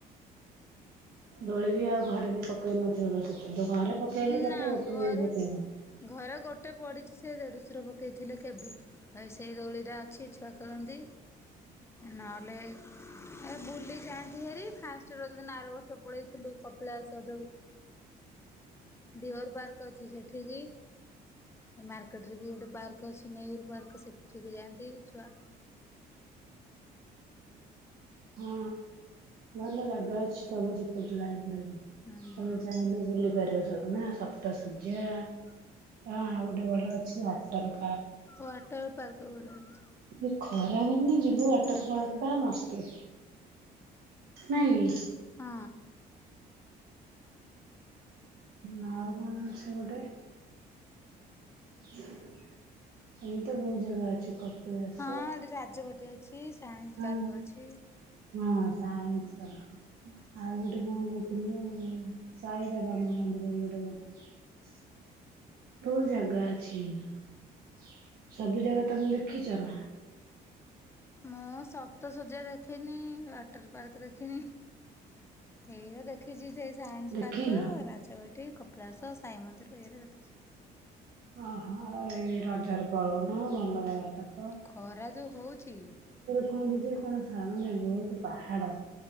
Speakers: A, on the right; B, on the left.
A: ଦୋଳି ବି ଆଉ ଘରେ ବି ପକେଇ ନଥିବ ତ ସେତେ - ଘରେ ପକେଇଲେ କେତେ
B: ନା
A: ଗୋଟେ
B: ଘରେ
A: <unintelligible>
B: ଘରେ ଗୋଟେ ପଡ଼ିଛି ସେ ଦେଢ଼ସୁର ପକେଇଥିଲେ କେବେ ଏଇ ସେଇ ଗଳି ଟା କିଛି ଛୁଆ ଖେଳନ୍ତି ନହେଲେ ବୁଲି ଯାଆନ୍ତି ହେରି ଫାଷ୍ଟ ରଜ ଦିନ ଆର ବର୍ଷ ପଳାଇଥିଲୁ କପିଳାସ ଯେଉ ଡିଅର ପାର୍କ ଅଛି ସେଠିକି ମାର୍କେଟ ରେ ବି ଗୋଟେ ପାର୍କ ଅଛି ନେହୁର ପାର୍କ ସେଠିକି ଯାଆନ୍ତି ଛୁଆ।
A: ହଁ ଭଲ ଜାଗା ଅଛି ତମ ସେପଟ ଲାଇନ୍।
B: ହୁଁ
A: ତମେ ଚାହିଁଲେ ବୁଲି ପାରିବ। ସବୁ ନା ରକ୍ତ ଶଯ୍ୟା ହଁ ଆଉ ଗୋଟେ ଭଲ ଅଛି ଆ ଟା ରୁ
B: ୱେଟର ପାର୍କ ଗୋଟେ ଅଛି।
A: ଏ ଖରା ବି ଆମେ ଯିବୁ ୱାଟର ପାର୍କ ଟା ମସ୍ତି ନାଇଁ
B: ହଁ।
A: ମା ଆଉ କଣ ଅଛି ଗୋଟେ ଏମିତି ବହୁତ ଜାଗା ଅଛି। କପିଳାସ
B: ହଁ ଏଠି ରାଜବାଟି ଅଛି। ସାଇନ୍ସ
A: ହଁ
B: ପାର୍କ ଅଛି।
A: ହଁ ସାଇନ୍ସ ପାର୍କ ଆଉ ଗୋଟେ କଣ କହୁଥିଲୁ ସହିରାବାଗ ମନ୍ଦିର ଏଇ ଗୋଟେ କୋଉଠି ଅଛି। ବହୁତ ଜାଗା ଅଛି କିନ୍ତୁ ସବୁ ଜାଗା ତମେ ଦେଖିଛ ନା?
B: ମୁଁ ସପ୍ତଶଯ୍ୟା ଦେଖିନି ୱାଟର ପାର୍କ ଦେଖିନି ଏଇଟା ଦେଖିଛି ସେ ସାଇନ୍ସ
A: ଦେଖିନ?
B: ପାର୍କ ରାଜବାଟି କପିଳାସ ସାଇ ମନ୍ଦିର। ବରେ ଦେଖିଛି।
A: ଅହୋ ଏଇ ରଜରେ ପଳଉନ ଭଲ ଜାଗାଟା
B: ଖରା ଯୋଉ ହଉଛି
A: କୁହନ୍ତିୁ ଯେ କଣ ସମାନେ ବହୁତ ପାହାଡ